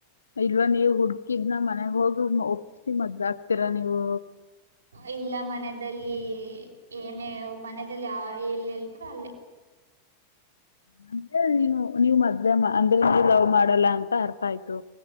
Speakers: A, on the left; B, on the right.
A: ಇಲ್ವಾ ನೀವ್ ಹುಡ್ಕ್ ಇದ್ನ ಮನೆಗ್ ಹೋಗು ಓಪ್ ಸ್ಟಿ ಮದ್ವೆ ಆಗ್ತೀರಾ ನೀವು.
B: ಅ ಇಲ್ಲ ಮನೆದಲ್ಲಿ ಏನೇ ಮನೆದಲ್ಲಿ ಆ ಎಲ್ಲ ಹೇಳ್ತಾರೋ ಅಲ್ಲೇ.
A: ಹ ಅಂದ್ರೆ ನೀನು ನೀವು ಮದ್ವೆ ಅಂದ್ರೆ ನೀವ ಲವ್ ಮಾಡಲ್ಲ ಅಂತ ಅರ್ಥ ಆಯ್ತು.